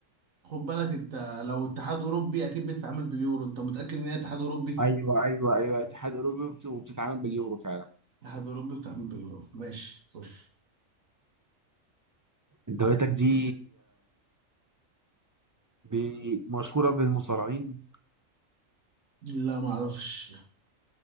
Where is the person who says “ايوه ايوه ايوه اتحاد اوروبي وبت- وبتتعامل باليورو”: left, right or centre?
Right